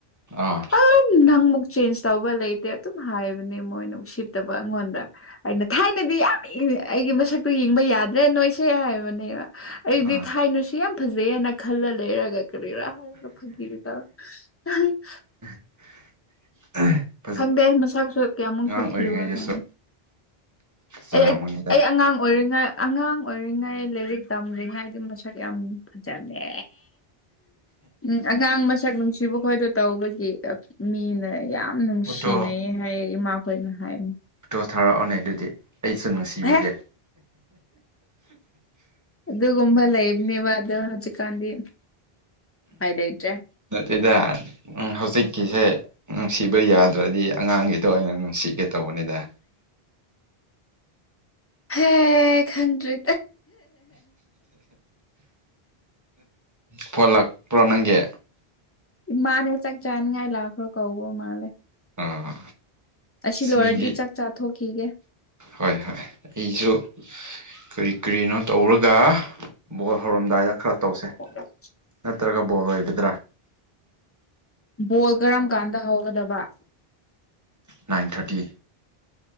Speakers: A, on the right (about 20°); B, on the left (about 20°).
A: ꯑꯥ
B: ꯑ ꯅꯪꯃꯛ ꯆꯦꯟꯖ ꯇꯧꯕ ꯂꯩꯇꯦ ꯑꯗꯨꯝ ꯍꯥꯏꯕꯅꯦ ꯃꯣꯏꯅ ꯎꯁꯤꯠꯇꯕ ꯑꯩꯉꯣꯟꯗ꯫ ꯑꯩꯅ ꯊꯥꯏꯅꯗꯤ ꯌꯥꯝ ꯏꯪꯉ ꯑꯩꯒꯤ ꯃꯁꯛ ꯇꯨ ꯌꯦꯡꯕ ꯌꯥꯗ꯭ꯔꯦ ꯅꯣꯏꯁꯦ ꯍꯥꯏꯕꯅꯦꯕ ꯑꯩꯗꯤ
A: ꯑꯥ
B: ꯊꯥꯏꯅꯨꯁꯤ ꯌꯥꯝ ꯐꯖꯩ ꯍꯥꯏꯅ ꯈꯜꯂ ꯂꯩꯔꯒ ꯀꯔꯤꯔꯥ ꯍꯥꯏꯔꯒ ꯐꯥꯒꯤꯒ ꯇꯧꯔ꯫
A: <unintelligible>
B: ꯈꯪꯗꯦ ꯃꯁꯛꯁꯨ ꯀꯌꯥꯃꯨꯛꯁꯨ
A: ꯑꯉꯥꯡ
B: ꯊꯤꯕꯨꯔ
A: ꯑꯣꯏꯔꯤꯉꯩꯗꯁꯨ
B: ꯈꯪꯗꯦ꯫
A: ꯐꯖꯔꯝꯒꯅꯤꯗ
B: ꯑꯩ ꯑꯩ ꯑꯉꯥꯡ ꯑꯣꯏꯔꯤꯉ ꯑꯉꯥꯡ ꯑꯣꯏꯔꯤꯉꯩ ꯂꯥꯏꯔꯤꯛ ꯇꯝꯔꯤꯉꯩ ꯗꯤ ꯃꯁꯛ ꯌꯥꯝ ꯐꯖꯕꯅꯦ꯫ ꯎꯝ ꯑꯉꯥꯡ ꯃꯁꯛ ꯅꯨꯡꯁꯤꯕ ꯈꯣꯏꯗꯣ ꯇꯧꯕꯒꯤ ꯃꯤꯅ ꯌꯥꯝ ꯅꯨꯡꯁꯤꯅꯩ
A: ꯐꯣꯇꯣ
B: ꯍꯥꯏꯌꯦ ꯏꯃꯥꯈꯣꯏꯅ ꯍꯥꯏ
A: ꯐꯇꯣ ꯊꯥꯔꯛꯑꯣꯅꯦ ꯑꯗꯨꯗꯤ ꯑꯩꯁꯨ ꯅꯨꯡꯁꯤꯕꯤꯒꯦ
B: ꯍꯦ ꯑꯗꯨꯒꯨꯝꯕ ꯂꯩꯕꯅꯦꯕ ꯑꯗꯣ ꯍꯧꯖꯤꯛꯀꯥꯟꯗꯤ ꯎꯄꯥꯏ ꯂꯩꯇ꯭ꯔꯦ
A: ꯅꯠꯇꯗ ꯍꯧꯖꯤꯛꯀꯤꯁꯦ ꯅꯨꯡꯁꯤꯕ ꯌꯥꯗ꯭ꯔꯗꯤ ꯑꯉꯥꯡꯒꯤꯗꯣ ꯑꯣꯏꯅ ꯝ ꯁꯤꯛꯀꯦ ꯇꯧꯕꯅꯤꯗ
B: ꯍꯦ ꯈꯪꯗ꯭ꯔꯦ
A: ꯐꯣꯟ ꯂꯥꯛꯄ꯭ꯔꯣ ꯅꯪꯒꯤ
B: ꯏꯃꯥꯅꯦ ꯆꯥꯛ ꯆꯥꯅꯤꯡꯉꯥꯏ ꯂꯥꯛꯈ꯭ꯔꯣ ꯀꯧꯕ ꯃꯥꯜꯂꯦ
A: ꯑꯥ
B: ꯑꯁꯤ ꯂꯣꯏꯔꯗꯤ
A: ꯃꯤꯗꯤ
B: ꯆꯥꯛ ꯆꯥꯊꯣꯛꯈꯤꯒꯦ
A: ꯍꯣꯏ ꯍꯣꯏ ꯑꯩꯁꯨ ꯀꯔꯤ ꯀꯔꯤꯅꯣ ꯇꯧꯔꯒ ꯕꯣꯜ ꯍꯧꯔꯝꯗꯥꯏꯗ ꯈꯔ ꯇꯧꯁꯦ
B: <unintelligible>
A: ꯅꯠꯇ꯭ꯔꯒ ꯕꯣꯜ ꯑꯣꯏꯒꯗ꯭ꯔꯥ
B: ꯕꯣꯜ ꯀꯔꯝ ꯀꯥꯟꯗ ꯍꯧꯒꯗꯕ
A: ꯅꯥꯏꯟ ꯊꯥꯔꯇꯤ